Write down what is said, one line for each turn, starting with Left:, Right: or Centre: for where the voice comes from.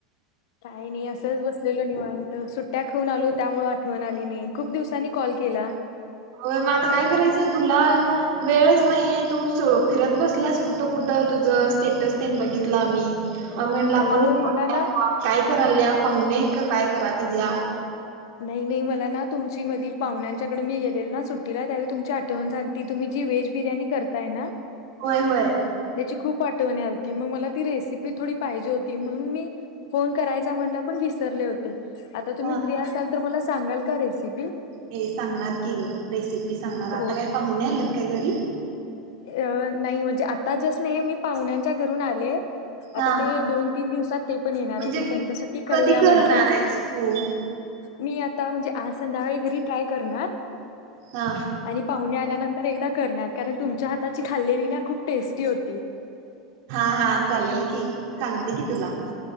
Left: काही नाही असंच बसलेलं निवांत सुट्ट्या ठून आलो त्यामुळे आठवण आली नाही खूप दिवसांनी कॉल केला.
Right: हो मग आता काय करायचं तुला वेळच नाहीये तू च फिरत बसलास कुठं कुठं तुझं स्टेटस तेनं बघितला आम्ही म मी म्हणलं आपणच
Left: अहो
Right: पाहुयात
Left: मला ना
Right: काय कराल्यात पाहुणेत का काय घरात तिज्या
Left: नाही नाही मला ना तुमची मधी पाहुण्यांच्याकडे मी गेलेलो ना सुट्टीला त्यावेळी तुमची आठवण झाली की तुम्ही जी व्हेज बिर्याणी करताय ना
Right: होय होय.
Left: त्याची खूप पाठवण्या आलती मग मला ती रेसिपी थोडी पाहिजे होती म्हणून मी फोन करायचा म्हणाला पण विसरले होते. आता तुम्ही
Right: हा
Left: फ्री तर मला सांगाल का रेसिपी
Right: हे सांगणार की ग रेसिपी सांगणार
Left: हो
Right: आता काय पाहुणे आलेत. काय घरी
Left: अ नाही म्हणजे आता जस्ट नाही मी पाहुण्यांच्या घरून आले. आता
Right: हा
Left: ते दोन तीन दिवसात ते पण येणार
Right: म्हणजे
Left: आहेत मग त्यांच्यासाठी करूया
Right: कधी
Left: म्हंटलं
Right: करणार आहेस तू?
Left: मी आता म्हणजे आज संध्याकाळी घरी ट्राय करणार
Right: हा
Left: आणि पाहुणे आल्यानंतर एकदा करणार कारण तुम च्या हाताची खाल्लेली ना खूप टेस्टी होती.
Right: हा हा चालेल की सांगते की तुला